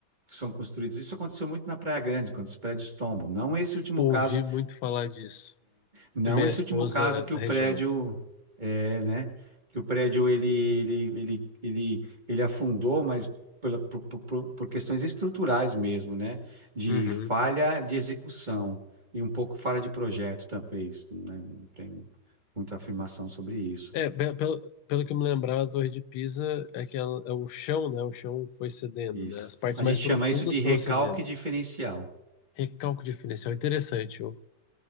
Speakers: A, on the right (about 25°); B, on the left (about 85°).
A: são construídos, isso aconteceu muito na Praia Grande, quando os prédios tombam. Não esse último
B: Ouvi
A: caso
B: muito falar disso.
A: não
B: E minha
A: esse
B: esposa
A: último caso
B: é
A: que
B: da
A: o
B: região.
A: prédio é, né? Que o prédio ele ele ele ele, ele afundou, mas pela, por, por, por por questões estruturais mesmo, né? De
B: Uhum.
A: falha de execução e um pouco falha de projeto, talvez, né? Não tenho muita afirmação sobre isso.
B: É, pe- pelo, pelo que eu me lembrar, a Torre de Pisa é que ela- é o chão, né? O chão foi cedendo,
A: Isso.
B: né? As partes
A: A
B: mais
A: gente
B: profundas
A: chama isso de
B: foram
A: recalque
B: cedendo.
A: diferencial.
B: Recálculo diferencial, interessante. ô.